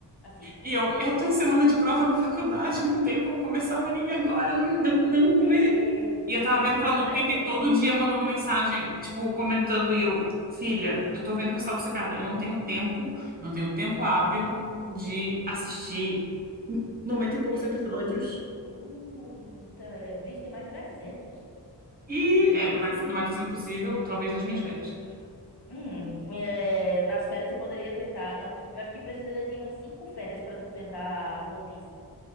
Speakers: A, on the left; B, on the right.
A: Assista.
B: E eu, eu tô em semana de prova na faculdade, eu não tenho como começar um anime agora, não, não, não
A: É,
B: vê.
A: porque
B: E eu
A: Bleach
B: tava vendo
A: tem mais
B: que ela
A: de
B: no
A: 300.
B: Twitter todo dia mandando mensagem, tipo, comentando, e eu, filha, eu tô vendo que você tá obcecada, eu não tenho tempo, eu não tenho tempo hábil de assistir Noventa e poucos
A: É,
B: episódios.
A: uh, tá, é, Bleach tem mais de 300.
B: E
A: Bleach.
B: é, não vai, não vai estar sendo possível, talvez nas minhas férias.
A: Hum, é, nas férias você poderia tentar. Não, eu acho que precisaria de umas cinco férias pra tu tentar One Piece.